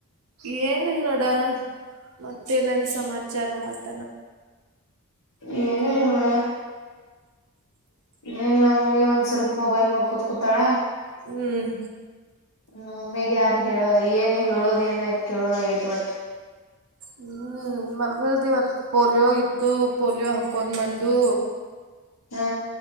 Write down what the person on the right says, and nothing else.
ಏನ ಇಲ್ ನೋಡ ಮತ್ತೇನನ್ ಸಮಾಚಾರ ಆತ
ಹ್ಮ್
ಹ್ಮ್ ಮಗದ ಇವತ್ತು ಪೋಲಿಯೋ ಇತ್ತು ಪೋಲಿಯೋ ಹಾಕ್ ಕೊೊಂಡಮಂದು